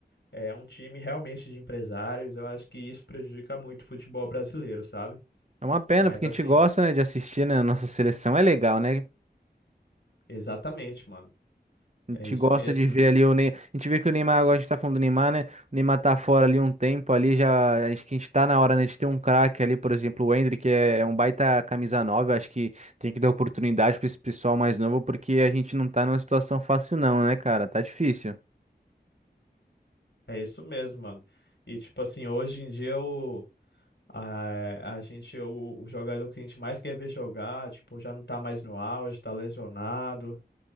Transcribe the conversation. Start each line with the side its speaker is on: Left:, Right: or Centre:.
Left: É um time realmente de empresários. Eu acho que isso prejudica muito o futebol brasileiro, sabe?
Right: É uma pena,
Left: Mas
Right: porque
Left: assim,
Right: a gente gosta, né, de assistir, né, a nossa seleção. É legal, né?
Left: exatamente, mano.
Right: A
Left: É
Right: gente
Left: isso
Right: gosta
Left: mesmo.
Right: de ver ali o Neymar. A gente vê que o Neymar, agora a gente tá falando do Neymar, né? O Neymar tá fora ali um tempo ali, já. Acho que a gente tá na hora, né, de ter um craque ali, por exemplo, o Endrick, que é um baita camisa 9. eu Acho que tem que dar oportunidade pra esse pessoal mais novo, porque a gente não tá numa situação fácil, não, né, cara? Tá difícil.
Left: É isso mesmo, mano. E tipo assim, hoje em dia o, a, a gente, o, o jogador que a gente mais quer ver jogar, tipo, já não tá mais no auge, tá lesionado.